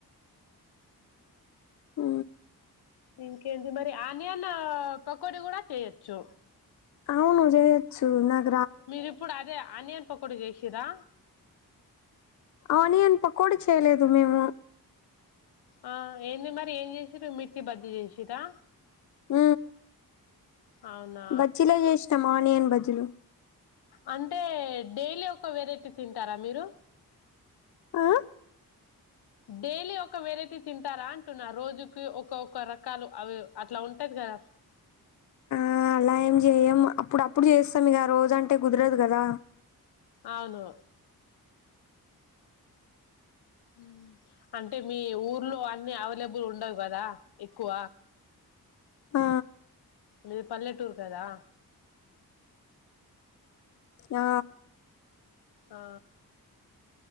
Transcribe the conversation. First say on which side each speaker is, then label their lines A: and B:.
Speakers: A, on the left (about 50°); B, on the left (about 80°).
A: ఊ
B: ఇంకేంటి మరి ఆనియన పకోడి కూడా చేయొచ్చు
A: అవును జయచు నాక్
B: మీరిప్పుడు అదే ఆనియన్ పకోడి చేసిరా
A: ఆనియన్ పకోడి చేయలేదు మేము
B: ఆ ఏంది మరి ఏం చేసిారు మిర్చి బజ్జి చేసిరా
A: ఊ
B: అవునా
A: బచ్చీలే చేసినమానియన్ బజ్జిలు
B: అంటే డైలీ ఒక వెరైటీ తింటారా మీరు
A: ఆ
B: డైలీ ఒక వెరైటీ తింటారా అంటున్న రోజుకి ఒకక్క రకాలు అవి అట్లా ఉంటది కదా
A: ఆ అలా ఏం చేయ్యం అప్పుడు అప్పుడు చేస్తాం ఇగ రోజు అంటే కుదరదు కదా
B: అవును ఊ అంటే మీ ఊర్లో అన్ని అవైలబుల్ ఉండవు కదా ఎక్కువ
A: ఆ
B: మీది పల్లెటూరు కదా
A: ఆ
B: ఆ